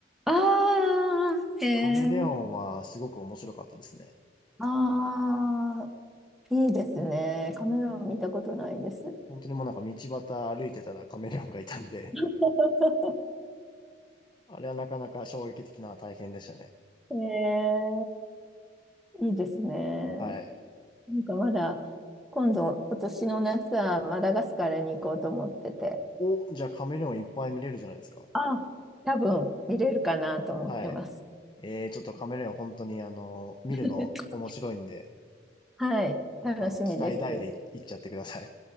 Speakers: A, in the centre; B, on the left (about 25°).
A: ああ、へえ。
B: カメレオンはすごく面白かったですね。
A: ああ、いいですね。カメラを見たことないです。
B: 本当にもうなんか道端歩いてたらカメレオンがいたんで、
A: <laughs>
B: あれはなかなか衝撃的な体験でしたね。
A: へえいいですね。
B: はい。
A: なんかまだ、今度、今年の夏はマダガスカルに行こうと思ってて、
B: お、じゃあカメレオンいっぱい見れるじゃないですか。
A: あ、多分見れるかなと思ってます。
B: はい。えー、ちょっとカメレオン本当にあのー見るの面白いんで、
A: <laughs> はい、楽しみです。
B: あの、期待大でい行っちゃってください。